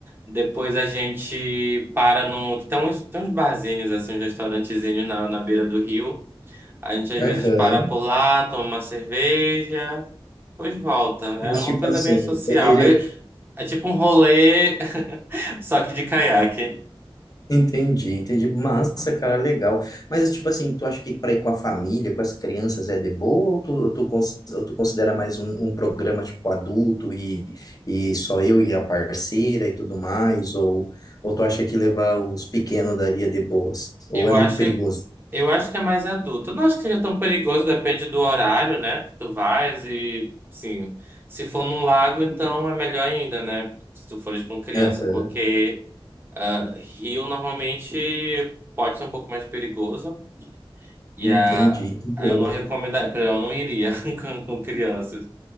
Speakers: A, on the right; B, on the left.
A: depois a gente para no. Tem uns, tem uns barzinhos, assim, uns restaurantezinhos na, na beira do rio. A gente às
B: aham.
A: vezes para por lá, toma uma cerveja, depois volta. É
B: Mas
A: uma
B: tipo
A: coisa
B: assim,
A: bem social.
B: é, ele,
A: É,
B: é
A: é tipo um rolê, <laughs> só que de caiaque.
B: Entendi, entendi. Massa, cara, legal. Mas, tipo assim, tu acha que para ir com a família, com as crianças é de boa ou tu, tu, cons- ou tu considera mais um, um programa, tipo, adulto e, e só eu e a parceira e tudo mais? Ou, ou tu acha que levar os pequenos daria de boas? Ou
A: Eu
B: é muito
A: acho,
B: perigoso?
A: eu acho que é mais adulto. Eu não acho que seja tão perigoso, depende do horário, né? Que tu vais e, sim, se for num lago, então é melhor ainda, né? Se tu fores com criança,
B: Aham,
A: porque ah, rio normalmente pode ser um pouco mais perigoso e
B: entendi.
A: a
B: entendi.
A: aí eu não recomendaria, eu não iria <laughs> com, com crianças.